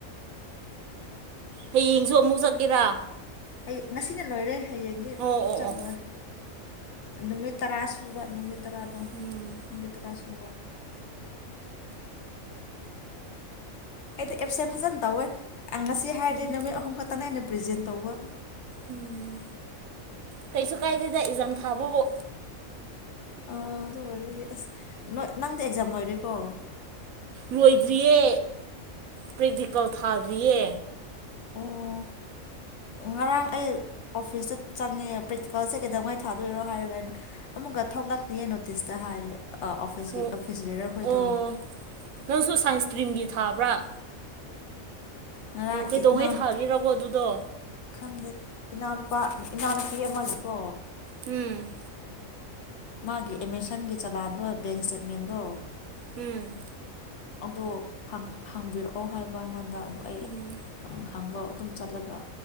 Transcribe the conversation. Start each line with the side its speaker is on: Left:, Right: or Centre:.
Right: ꯍꯌꯦꯡꯁꯨ ꯑꯃꯨꯛ ꯆꯠꯀꯦꯔꯥ
Left: ꯑꯩ ꯉꯁꯤꯅ ꯂꯣꯏꯔꯦ ꯍꯌꯦꯡꯗꯤ
Right: ꯑꯣ ꯑꯣ
Left: ꯆꯠꯂꯣꯏ
Right: ꯑꯣ
Left: ꯅꯨꯃꯤꯠ ꯇꯔꯥ ꯁꯕ ꯅꯨꯃꯤꯠ ꯇꯔꯥꯗ
Right: ꯎꯝ
Left: ꯃꯤꯇꯔꯥ ꯁꯨ ꯑꯩꯗꯤ ꯑꯞ ꯁꯦꯝ ꯐꯖꯅ ꯇꯧꯋꯦ ꯉꯁꯤ ꯍꯥꯏꯔꯦ
Right: ꯎꯝ
Left: ꯅꯨꯃꯤꯠ ꯑꯍꯨꯝ ꯈꯛꯇꯅꯦ ꯍꯥꯏ ꯄ꯭ꯔꯖꯦꯟ ꯇꯧꯕ
Right: ꯎꯝ ꯀꯩꯁꯨ ꯀꯥꯏꯗꯦꯗ ꯏꯖꯝ ꯊꯥꯕꯕꯨ
Left: ꯑ ꯑꯗꯨ ꯑꯣꯏꯔ ꯑꯁ ꯅꯪꯗꯤ ꯑꯦꯛꯖꯥꯝ ꯂꯣꯏꯔꯦꯀꯣ
Right: ꯂꯣꯏꯗ꯭ꯔꯤꯌꯦ ꯄ꯭ꯔꯦꯛꯇꯤꯀꯦꯜ ꯊꯥꯗ꯭ꯔꯤꯌꯦ
Left: ꯑꯣ ꯉꯔꯥꯡ ꯑꯩ ꯑꯣꯐꯤꯁꯇ ꯆꯪꯉꯦ ꯄ꯭ꯔꯦꯛꯇꯤꯀꯜꯁꯦ ꯀꯩꯗꯧꯉꯩ ꯊꯥꯗꯣꯏꯔꯣ ꯍꯥꯏꯔꯒ ꯑꯩꯅ ꯑꯃꯨꯛꯀ ꯊꯣꯛꯂꯛꯅꯤꯡꯌꯦ ꯅꯣꯇꯤꯁꯇ ꯍꯥꯏꯌꯦ ꯑꯣꯐꯤꯁꯀꯤ
Right: ꯑꯣ
Left: ꯑꯣꯐꯤꯁ ꯕꯦꯔ ꯈꯣꯏ
Right: ꯑꯣ
Left: ꯇꯧ
Right: ꯅꯪꯁꯨ ꯁꯥꯏꯟꯁ ꯁꯇ꯭ꯔꯤꯝꯒꯤ ꯊꯥꯕ꯭ꯔꯥ
Left: ꯉꯔꯥꯡ
Right: ꯑꯣ ꯀꯩꯗꯧꯉꯩ
Left: ꯏꯅꯥꯎꯅꯨꯄꯤ
Right: ꯊꯥꯔꯤꯔꯒꯣ ꯑꯗꯨꯗꯣ
Left: ꯈꯪꯗꯦ ꯏꯅꯥꯎꯅꯨꯄꯥ ꯏꯅꯥꯎꯅꯨꯄꯤ ꯑꯃꯒꯤꯀꯣ
Right: ꯎꯝ
Left: ꯃꯥꯒꯤ ꯑꯦꯃꯦꯖꯟꯒꯤ ꯆꯂꯥꯟꯗꯣ ꯕꯦꯡ ꯏꯁꯇꯦꯠꯃꯦꯟꯗꯣ
Right: ꯎꯝ
Left: ꯑꯗꯣ ꯍꯪꯕꯤꯔꯛꯑꯣ ꯍꯥꯏꯕ ꯑꯩꯉꯣꯟꯗ ꯑꯗꯣ ꯑꯩ
Right: ꯎꯝ
Left: ꯍꯪꯕ ꯑꯗꯨꯝ ꯆꯠꯂꯒ